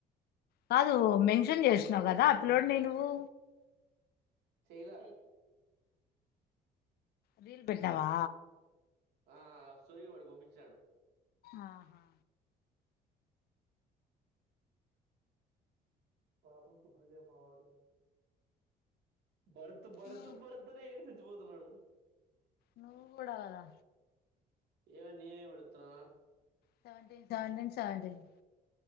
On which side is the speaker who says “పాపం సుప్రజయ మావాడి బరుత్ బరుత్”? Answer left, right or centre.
Right